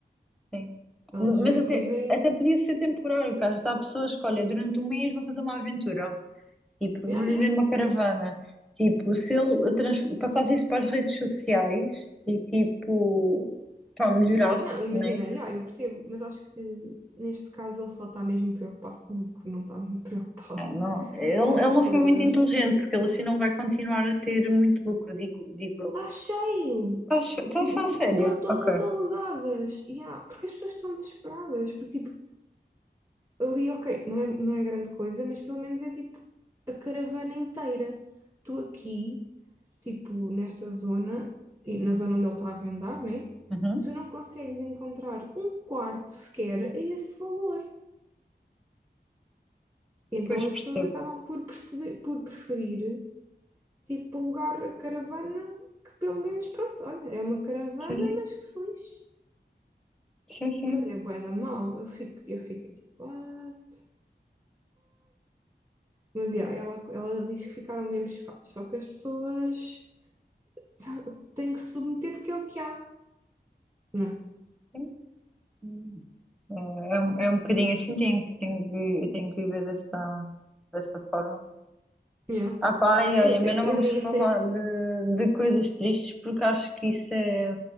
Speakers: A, in the centre; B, on the right.
A: Sim.
B: Eles
A: Mas
B: vi-
A: até,
B: vivem.
A: até podia ser temporário, porque às vezes há pessoas que, olha, durante um mês vou fazer uma aventura. Tipo,
B: Yeah,
A: vou viver
B: yeah.
A: numa caravana. Tipo, se ele trans- passasse isso para as redes sociais e, tipo, pá, melhorasse,
B: Sim, não, imagina,
A: né?
B: yeah, eu percebo, mas acho que neste caso ele só está mesmo preocupado com o lucro, não está muito preocupado
A: Não, não.
B: <laughs>
A: Ele,
B: se as
A: ele
B: pessoas
A: não foi muito inteligente, porque ele assim não vai continuar a ter muito lucro, digo, digo eu.
B: está cheio.
A: Estás estás
B: Tipo,
A: a falar
B: mas estão
A: sério?
B: todas
A: Ok.
B: alugadas. E há- porque as pessoas estão desesperadas. Porque, tipo, ali, ok, não é, não é grande coisa, mas pelo menos é tipo a caravana inteira. Tu aqui, tipo, nesta zona, e na zona onde ele está a vendar, né?
A: Uhum.
B: Tu não consegues encontrar um quarto sequer a esse valor. Então
A: Pois
B: as
A: percebo.
B: pessoas acabam por perceber, por preferir, tipo, alugar a caravana que pelo menos, pronto, olha, é uma caravana,
A: Sim,
B: mas que se lixe.
A: sim, sim.
B: Mas é bué da mal, eu fico, eu fico tipo, what? Mas yeah, ela, ela diz que ficaram mesmo chocados, só que as pessoas <laughs> têm que se submeter porque é o que há. Não.
A: sim. sim. É, é um, é um bocadinho assim, tenho, que- tenho, que vi- tenho que viver dessa, dessa forma.
B: Yeah.
A: Ah pá, ai, olha,
B: Eu, até-
A: mas não
B: eu
A: vamos
B: nem
A: falar
B: sei.
A: de, de coisas tristes porque acho que isso é,